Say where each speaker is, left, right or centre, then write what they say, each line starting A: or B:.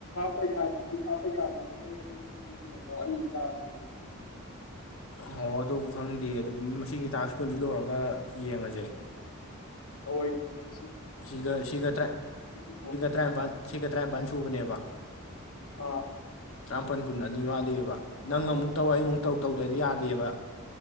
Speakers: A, on the left; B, on the left.
A: ꯍꯥꯞꯄ ꯌꯥꯏꯅꯤ ꯍꯧꯖꯤꯛ ꯍꯥꯞꯄ ꯌꯥꯅꯤꯣ ꯅꯣꯏ ꯑꯗꯨ ꯅꯪꯒꯤꯗꯨ ꯌꯦꯡꯉꯣꯑꯣ ꯑꯩꯗꯤ ꯌꯥꯗ꯭ꯣꯗ ꯐꯣꯒꯤ
B: ꯑꯣ ꯑꯗꯨ ꯈꯪꯗꯦ ꯑꯗꯨ ꯃꯁꯤꯒꯤ ꯇꯥꯡꯁ꯭ ꯀꯨꯟꯁꯤ ꯂꯣꯏꯔꯒ ꯌꯦꯡꯉꯁꯦ
A: ꯍ
B: ꯁꯤꯒ ꯁꯤꯒ
A: ꯇꯧꯊꯣꯛꯑꯒ
B: ꯇꯔꯥꯅꯤ ꯁꯤꯒ ꯇꯔꯥꯅꯤꯄꯜ ꯁꯨꯕꯅꯦꯕ
A: ꯑꯥ
B: ꯆꯃꯥꯄꯜ ꯀꯨꯟ ꯑꯅꯤ ꯋꯥꯠꯂꯤꯑꯕ ꯅꯪ ꯑꯃꯨꯛ ꯇꯧ ꯑꯩ ꯑꯃꯨꯛ ꯇꯧ ꯇꯧꯗꯗꯤ ꯌꯥꯗꯦꯕ